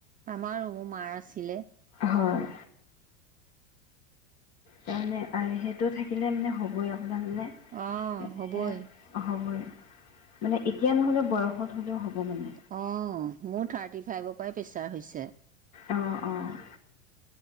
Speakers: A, on the right (about 20°); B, on the left (about 60°).
A: আমাৰো মোৰ মাৰ আছিলে।
B: হয়। তাৰমানে সেইটো থাকিলে মানে হ'বই আপোনাৰ মানে
A: অ
B: এ
A: হ'বই
B: হ'বই, মানে এতিয়া নহ'লেও বয়সত হ'লেও হ'ব মানে।
A: অ', মোৰ থাৰ্টি ফাইভৰ পৰাই প্ৰেছাৰ হৈছে।
B: অ', অ'।